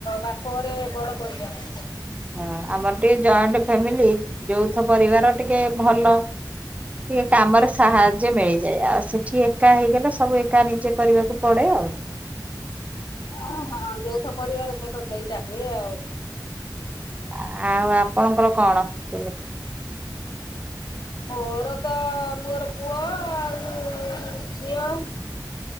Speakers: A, on the left (about 70°); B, on the right (about 20°).
A: ବାପ ଘରେ ବଡ଼ ପରିବାର।
B: ହଁ ଆମର ଟିକେ ଜଏଣ୍ଟ ଫ୍ୟାମିଲି ଯୋଥ ପରିବାର ଟିକେ ଭଲ ଟିକେ କାମରେ ସାହାଯ୍ୟ ମିଳିଯାଏ ଆଉ ସେଠି ଏକା ହେଇଗଲେ ସବୁ ଏକା ନିଜେ କରିବାକୁ ପଡେ ଆଉ।
A: ଓ ହଁ ଯୌଥ ପରିବାର ସହିତ ସେଇଟା ହୁଏ ଆଉ।
B: ଆ ଆଉ ଆପଣଙ୍କର କଣ କେମିତି?
A: ମୋର ତ ମୋର ପୁଅ ଆଉ ଝିଅ।